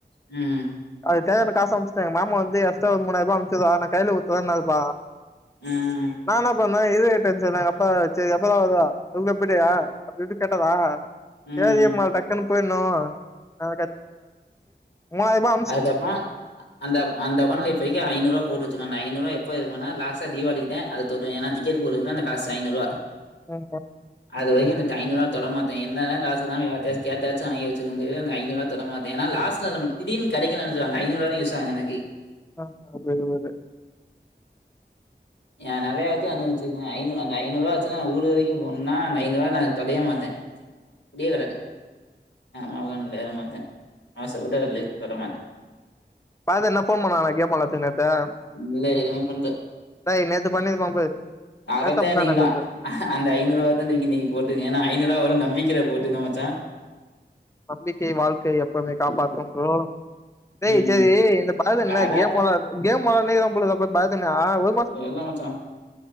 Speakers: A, on the left; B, on the left.
A: ம்
B: அது தேவயான காசு அனுப்ச்சுட்டாங்க மாமா வந்து எஸ்டா ஒரு மூனாயரூபா அனுப்சுதா நா கைல குடுத்ததா நெனப்பா
A: ம்.
B: நானா அப்பனா இது டென்ஷன் ஆகுற அப்பா சே எப்பதா வருவா சொல்லு எப்டியா அப்டின்ட்டு கேட்டதா
A: ம்.
B: சேரி அம்மா டக்குன்னு போயிணு நா <unintelligible> மூவாயரூபா
A: அதுக்கு அப்புற ஆ அந்த அந்த அக்கௌன்ட்ல இப்பதைக்கி ஐநூரூவா போட்டு வச்சுக்க ன அந்த ஐநூரூவா எப்ப எடுப்பன்னா லாஸ்டா தீபாளிக்கு தா அது தொடுவே ஏனா டிக்கெட் போடு தா அந்த கா சைனு ருவா
B: ம்
A: அது வரைக்கு என்னுட்டு ஐநூரூவாவ தொட மாட்டே என்ன தா காசு தா யார்ட்டயாச்சு கேட்டாச்சு வாங்கி வச்சுக்குவே தவிர அந்த ஐநூரூவாவ தொட மாட் ஏனா லாஸ்டு நாளு நம்மளுக்கு தீடீனு கெடைக்கலேனு வச்சுக்கோ அந்த ஐநூரூவா தா யூஸ் ஆகு எனக்கு
B: ஆ <unintelligible>
A: எ நகைய வச்சு அனுவச்சுக்குவே ஐநூ அந்த ஐநூரூவா வச்சு நா ஊரு வரைக்கு போணுணா அந்த ஐநூரூவா நா தொடையே மாட்டே அப்டியே கிடக்கு <unintelligible> மாட்டே ஆசப்பட்டு அத லீக் தொட மாட்டே
B: பாதர் என்ன ஃபோன் பண்ணாணா <unintelligible>
A: இல்ல எதுமே பண்த
B: டேய் நேத்து பண்ணிருப்பா பாரு
A: அதத்தான்
B: நேத்தா முந்தா
A: இன்னைக்கு
B: நேத்தா
A: நான்
B: தெர்ல
A: அந்த ஐநூவாத்தா தூக்கி இன்னைக்கி போட்டுக்கே ஏனா ஐநூவா வரு நம்பிக்கேல போட்டுக்கே மச்சா
B: நம்பிக்கை வாழ்க்கை அப் எப்போமே காப்பாத்து ம் டேய்
A: ம்.
B: சேரி இந்த பாலு என்ன
A: அதாத்தான்
B: கேம் வெளா கேம் வெளா அன்னைக்கு தா பொழுது அ பாத்தேனா ஒ
A: தெர்ல மச்சா